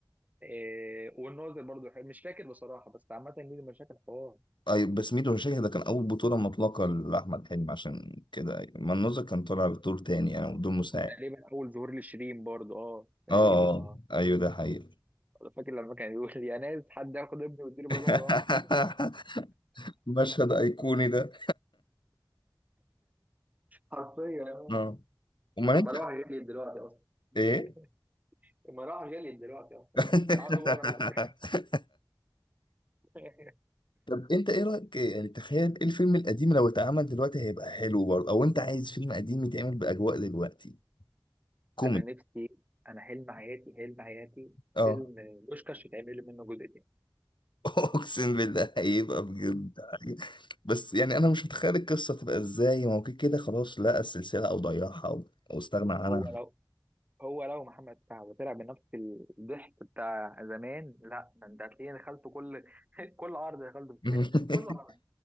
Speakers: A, on the right (about 20°); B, on the left (about 75°).
A: إيه والناظر برضو حلو. مش فاكر بصراحه بس عامه ميدو مشاكل حوار
B: اي بس ميدو مشاكل ده كان اول بطوله مطلقه لاحمد حلمي عشان كده أيوة. ما الناظر كان طالع بدور تاني يعني بدور مساعد
A: تقريبا اول ظهور لشيرين برضو اه تقريبا
B: اه اه
A: اه
B: ايوه ده حقيقي
A: فاكر لما كان يقول لي يا ناس حد ياخد ابني ويديله
B: <laughs>
A: بدل مروحه
B: مشهد ايقوني ده
A: حرفيا آه.
B: اه امال
A: ده
B: انت
A: مروحه جالي دلوقتي اصلا <laughs>
B: ايه
A: المروحه جالي دلوقتي اصلا
B: <laughs>
A: كان عنده بعد نظر <laughs>
B: طب انت ايه رايك يعني تخيل ايه الفيلم القديم لو اتعمل دلوقتي هيبقى حلو برضه او انت عايز فيلم قديم يتعمل باجواء دلوقتي كوميدي
A: انا نفسي انا حلم حياتي حلم حياتي
B: اه
A: فيلم بوشكاش يتعمل منه جزء تاني
B: <laughs> اقسم بالله هيبقى بجد حاجة. بس يعني انا مش متخيل القصه تبقى ازاي ما هو كده كده خلاص لقى السلسله او ضيعها او, أو استغنى عنها
A: هو لو هو لو محمد سعد طلع بنفس الضحك بتاع زمان لا ده انت هتلاقيني دخلته كل <laughs> كل عرض دخلته في السينما
B: <laughs>
A: كل عرض